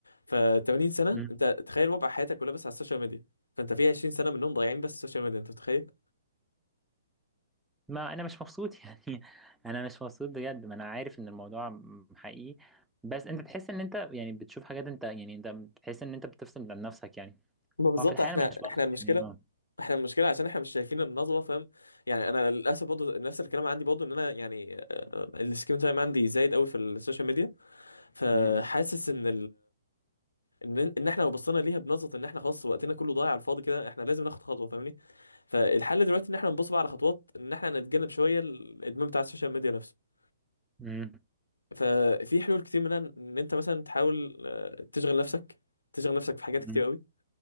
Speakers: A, on the left (about 85°); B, in the centre.
A: ف 80 سنه
B: امم
A: انت تخيل وضع حياتك كلها بس على السوشيال ميديا فانت في 20 سنه منهم ضايعين بس السوشيال ميديا انت متخيل
B: ما انا مش مبسوط <laughs> يعني انا مش مبسوط بجد ما انا عارف ان الموضوع م- حقيقي بس انت تحس ان انت يعني بتشوف حاجات انت يعني انت بتحس ان انت بتفصل عن نفسك يعني
A: ما بالظبط
B: هو في الحقيقه
A: احنا
B: انا مش بفصل
A: احنا المشكله
B: يعني اه
A: احنا المشكله عشان احنا مش شايفين النظره فاهم يعني انا للاسف برضه نفس الكلام عندي برضه ان انا يعني السكرين تايم عندي زايد قوي في السوشيال ميديا فحاسس
B: امم
A: ان ان ان احنا لو بصينا ليها بنظره ان احنا خلاص وقتنا كله ضايع على الفاضي كده احنا لازم ناخد خطوه فاهمني فالحل دلوقتي ان احنا نبص بقى على خطوات ان احنا نتجنب شويه الادمان بتاع السوشيال ميديا نفسه
B: امم
A: ففي حلول كتير منها ان انت مثلا تحاول آه، تشغل نفسك تشغل نفسك في حاجات
B: امم
A: كتير قوي